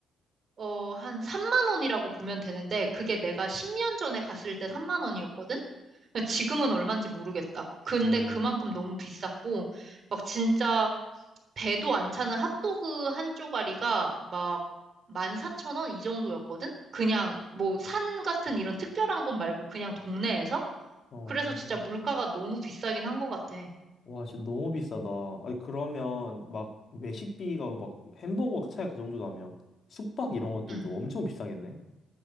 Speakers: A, on the right (about 45°); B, on the left (about 50°).
A: 어, 한 3만 원이라고 보면 되는데, 그게 내가 10년 전에 갔을 때 3만 원이었거든? 지금은 얼마인지 모르겠다. 근데
B: 오.
A: 그만큼 너무 비쌌고, 막 진짜 배도 안 차는 핫도그 한 쪼가리가 막 14,000원 이 정도였거든? 그냥 뭐 산 같은 이런 특별한 곳 말고 그냥 동네에서?
B: 어.
A: 그래서 진짜 물가가 너무 비싸긴 한 것 같아.
B: 와, 진짜 너무 비싸다. 아니, 그러면 막 외식비가 막 햄버거 차이가 그 정도 나면 숙박 이런 것들도
A: 응.
B: 엄청 비싸겠네?